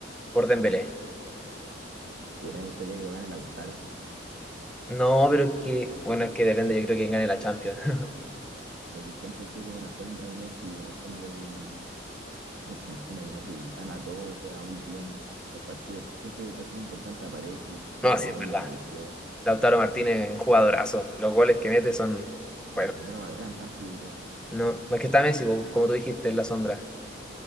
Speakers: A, in the centre; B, on the right.
A: por Dembélé.
B: Puta, me gustaría que lo gane Lautaro.
A: No, pero es que, bueno, es que depende, yo creo quién gane la Champions. <laughs>
B: porque siempre ha sido como la sombra de Messi o la sombra de, mm, de Argentina, que no se gana todo, juega muy bien. Los partidos, si, siempre que partido importante aparece,
A: No,
B: en la
A: sí,
B: Copa
A: es
B: América
A: verdad.
B: apareció,
A: Lautaro Martínez es un jugadorazo. Los goles que mete son,
B: pero
A: bueno,
B: no lo valoran tanto, yo creo.
A: no, es que está Messi, po, como tú dijiste, en la sombra.